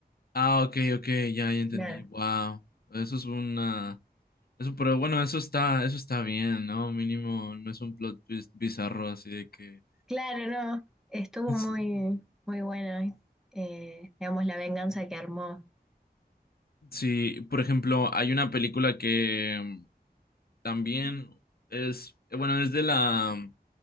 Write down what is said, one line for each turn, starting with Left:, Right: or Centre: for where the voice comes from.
Left: ah, ok, ok, ya, ya entendí.
Centre: Claro.
Left: Wow, eso es una... Eso, pero bueno, eso está, eso está bien, ¿no? Mínimo, no es un plot twist bizarro así de que
Centre: Claro, no, estuvo muy,
Left: Sí, <laughs>
Centre: muy buena, eh, digamos, la venganza que armó.
Left: Sí, por ejemplo, hay una película que mm, también es, bueno, es de la,